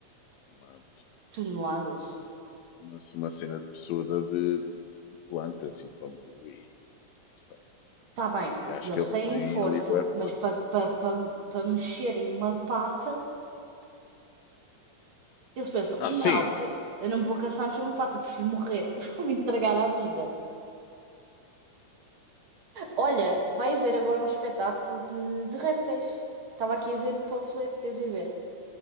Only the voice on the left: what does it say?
uma,
uma, uma cena absurda de, de, de plantas e de bambu e não sei.
E acho
que eles
têm
ali boa força.
Ah,
sim.